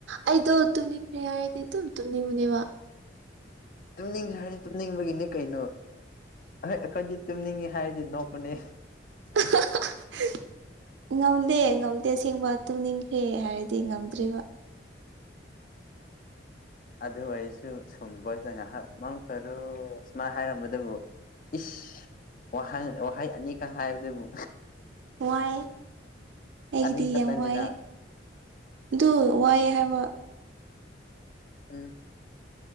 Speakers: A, on the right; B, on the left.
A: ꯑꯩꯗꯣ ꯇꯨꯝꯅꯤꯡꯈ꯭ꯔꯦ ꯍꯥꯏꯔꯗꯤ ꯑꯗꯨꯝ ꯇꯨꯝꯅꯤꯡꯕꯅꯦꯕ
B: ꯇꯨꯝꯅꯤꯡꯈ꯭ꯔꯦ ꯍꯥꯏꯔ ꯇꯨꯝꯅꯤꯡꯕꯒꯤꯅꯦ ꯀꯩꯅꯣ ꯑꯩ ꯑꯩꯈꯣꯏꯗꯤ ꯇꯨꯝꯅꯤꯡꯉꯤ ꯍꯥꯏꯔꯗꯤ ꯅꯣꯛꯄꯅꯦ
A: <unintelligible> ꯉꯝꯗꯦ ꯉꯝꯗꯦ ꯑꯁꯦꯡꯕ ꯇꯨꯝꯅꯤꯡꯈ꯭ꯔꯦ ꯍꯥꯏꯔꯗꯤ ꯉꯝꯗ꯭ꯔꯤꯕ
B: ꯑꯗꯨ ꯑꯣꯏꯔꯁꯨ ꯁꯨꯝꯕꯁꯤꯗ ꯉꯥꯏꯍꯥꯛ ꯈꯔꯣ ꯁꯨꯃꯥꯏꯅ ꯍꯥꯏꯔꯝꯕꯗꯕꯨ ꯏꯁ ꯋꯥꯍꯪ ꯋꯥꯍꯩ ꯑꯅꯤꯈꯛ ꯍꯥꯏꯕꯗꯨꯕꯨ
A: ꯋꯥꯏ ꯑꯩꯒꯤꯗꯤ
B: ꯑꯅꯤ ꯈꯛꯇꯅꯤꯅ
A: ꯌꯥꯝ ꯋꯥꯏꯌꯦ ꯑꯗꯨ ꯋꯥꯏꯌꯦ ꯍꯥꯏꯕ
B: ꯎꯝ